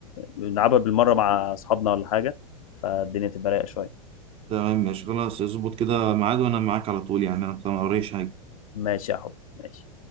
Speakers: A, on the left; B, on the right.
A: نلعبها بالمرة مع أصحابنا ولا حاجة فالدنيا تبقى رايقة شوية
B: تمام ماشي خلاص اظبط كده ميعاد وانا معاك على طول يعني انا ما اوريش حاجه
A: ماشي يا حبي ماشي